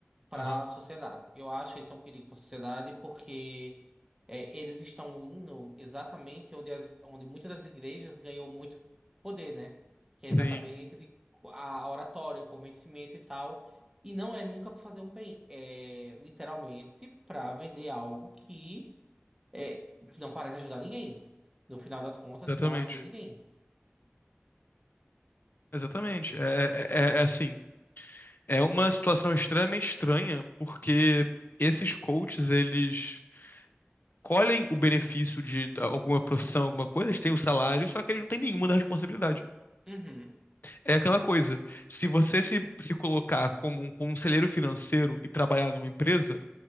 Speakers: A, on the right; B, on the left.
A: para
B: aham.
A: a sociedade. Eu acho que eles são um perigo para a sociedade porque é, eles estão indo exatamente onde, as, onde muitas das igrejas ganhou muito poder, né? Que é exatamente
B: Sim,
A: de, a oratória, o convencimento e tal. E não é nunca para fazer um bem, é literalmente para vender algo que, é, que não parece ajudar ninguém. No final das contas,
B: exatamente.
A: não ajuda ninguém.
B: Exatamente. É, é, é é assim, é uma situação extremamente estranha, porque esses coaches, eles colhem o benefício de ah, alguma profissão, alguma coisa, eles têm o salário, só que eles não têm nenhuma da responsabilidade.
A: Uhum.
B: É aquela coisa, se você se, se colocar como um conselheiro financeiro e trabalhar numa empresa,